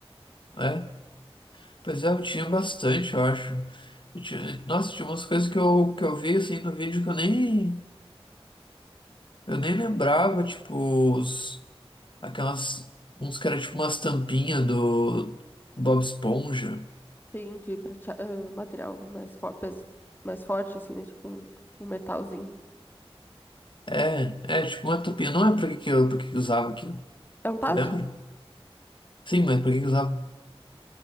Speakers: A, on the left (about 50°); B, on the left (about 20°).
A: É. Pois é, eu tinha bastante, eu acho. E tinha- Nossa, tinha umas coisas
B: <clears throat>
A: que eu, que eu vi assim no vídeo que eu nem. Eu nem lembrava, tipo, os, aquelas. Uns que eram tipo umas tampinhas do Bob Esponja.
B: Sim, de pratea- ah, material mais, for... pes- mais forte, assim, né? Tipo um, um metalzinho.
A: É, é, tipo uma tampinha. Não é pra que que eu, pra que que eu usava aquilo.
B: É um tazo?
A: Tu lembra? Sim, mas pra que que eu usava?